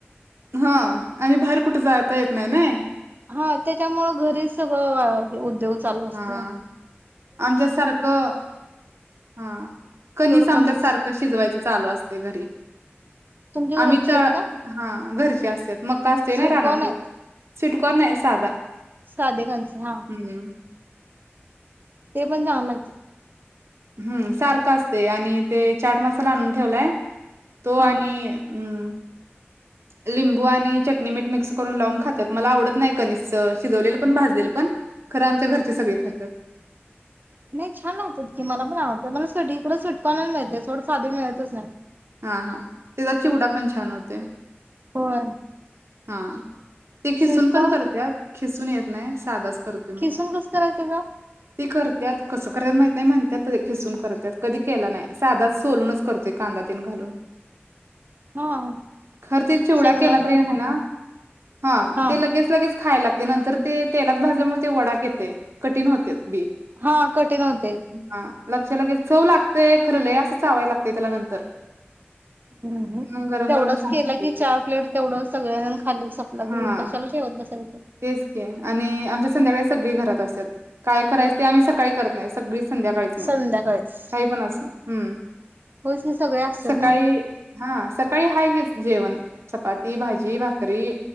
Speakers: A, on the right; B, on the right.
A: हा आणि बाहेर कुठे जायता येत नाही नाई
B: हां त्याच्यामुळं घरी सगळं आहे उद्योग. चालू असत्या
A: हा आमच्या सारखं, हां
B: तेवढं
A: कणिस आमच्यासारखं
B: कमीच
A: शिजवायचं चालू असते घरी,
B: तुमच्या
A: आम्ही
B: घरचे
A: तर,
B: आहेत
A: हां
B: का
A: हां घरचे असत्यात. मक्का असतोय
B: स्वीटकॉर्न
A: नाय रानात
B: आहेत
A: स्वीट कॉर्न नाही साधा.
B: साधे खंच, हां
A: हम्म
B: ते पण चांगल लागत
A: हम्म सारखं असतय आणि ते चाट मसाला आणून ठेवलाय. हो
B: हा
A: आणि हम्म लिंबू आणि चटणी मीठ मिक्स करून लावून खात्यात. मला आवडत नाही कणिस शिजवलेलं पण भाजलेलं पण. खरं आमच्या घरची सगळी खात्यात.
B: नाही छान होतात की, मला पण आवडतात. मला स्वीटकॉनर मिळतात थोडं, साधी मिळतच नाही
A: हां हां त्याचा चिवडा पण छान होतयं,
B: होय
A: हां ते खिसून
B: स्वीटकॉर्न
A: पण करत्यात. खिसून येत नाही, साधाच. करतोय मग
B: खिसून कसं करायचं ग.
A: ते करत्यात, कसं करायचं माहित नाही, म्हणत्यात बाई खिसून करत्यात, कधी केला नाही, साधाच सोलूनच करतो, कांदा <unintelligible> घालून
B: हा
A: खरं ते चिवडा
B: शेंगदाणे
A: केला तरी
B: तेन
A: हाये
B: घालून
A: ना, हां
B: हा
A: ते लगेच लगेच खायला लागते, नंतर ते तेलात भाजल्यामुळे ते वडाक येते, कठीण होत्यात. बी
B: हां कठीण होते.
A: हा लक्ष लगेच, चव लागतंय, खरं लय असं चावायला लागतंय त्याला नंतर.
B: हम्म,
A: मग गरम
B: तेवढंच
A: गरम छान
B: केलं
A: लागते
B: की,
A: ते
B: चार प्लेट तेवढं सगळयान खाल्ली सपलं
A: हा
B: की, कशाला ठेवत बसायचं.
A: तेच की आणि आमच्या संध्याकाळी सगळी घरात असत्यातं, काय करायचं ते आम्ही सकाळी करत नाही. सगळी संध्याकाळीच मग,
B: संध्याकाळीच.
A: काही पण असनं, हम्म
B: होयच की सगळे असतात
A: सकाळी,
B: ना
A: हां सकाळी हाय हेच जेवण. चपाती, भाजी, भा करी